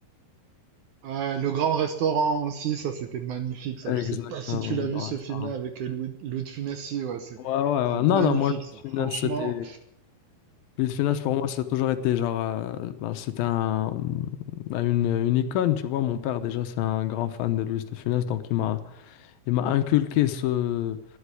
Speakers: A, on the right (about 70°); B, on the left (about 75°).
A: Ouais, le grand restaurant aussi, ça c'était magnifique, ça.
B: Exactement.
A: Je sais pas si tu l'as vu
B: Ouais,
A: ce film-là avec euh, Louis, Louis de Funès, si, ouais, c'est,
B: ouais, ouais.
A: c'est magnifique,
B: Non, non, moi, le
A: ça.
B: film,
A: Franchement.
B: c'était. Louis de Funès, pour moi, ça a toujours été genre, euh, ben, c'était un, ben, une, une icône, tu vois. Mon père, déjà, c'est un grand fan de Louis de Funès, donc il m'a, il m'a inculqué ce,